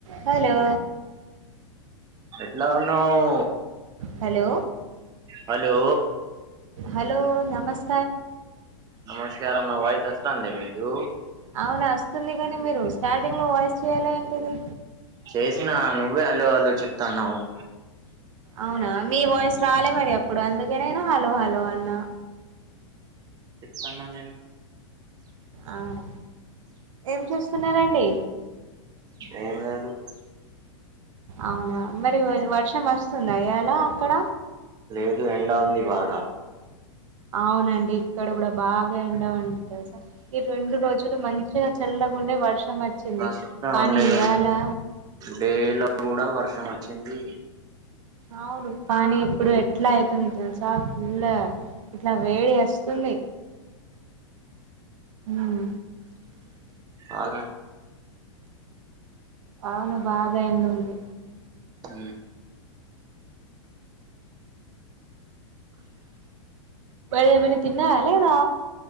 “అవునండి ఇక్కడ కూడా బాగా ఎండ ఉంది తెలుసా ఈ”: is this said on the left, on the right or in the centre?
Right